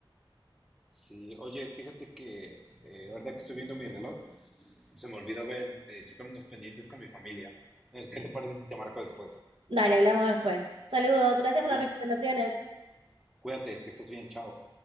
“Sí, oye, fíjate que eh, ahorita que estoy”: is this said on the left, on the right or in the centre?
Centre